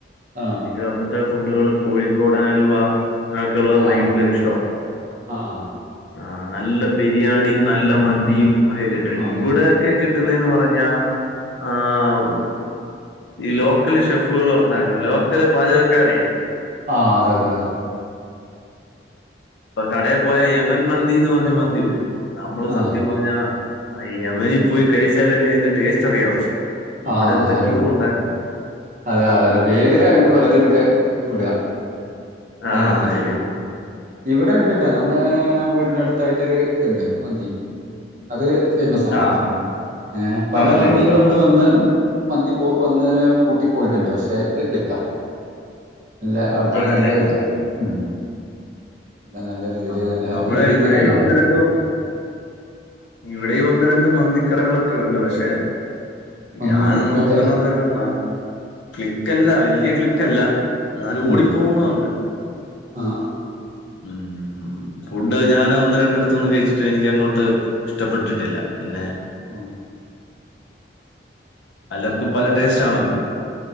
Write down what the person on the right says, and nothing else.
ആ
ആ
ആ ആ
ആ
മതി
ആഹ് അതെ അതെ അതെ
ആ
ആ
അതെ ഉള്ളു.
അതെ അതന്നെ പേര് അങ്ങട്ട് പലതും ക ഇട
അതിനൊപ്പിച്ചിട്ട് ഇവിടെ ഇണ്ട്ട്ടോ നമ്മളെ വീടിന്റെ അടുത്തായിട്ടൊരു ഇത്ണ്ട് മന്തി അത് ഫേമസ
ഏഹ് പല
മന്തികളും
കൂടെ വന്ന് മന്തി പോ വന്ന് പൂട്ടി പോയിട്ടുണ്ട് പക്ഷെ ഇത് ക്ലിക്കാ അല്ല അവിടുത്തെ
ഒരു നല്ലൊരു ഇതാണ് ഉം എല്ല നല്ല ഇതില്
നല്ല
ഒരു ഇതിൽ
തന്നെയാണ് അവിടെ
പോകുന്നത്
ഒന്നും
ക്ലിക്കല്ല
ഉം.
ആ
ഉം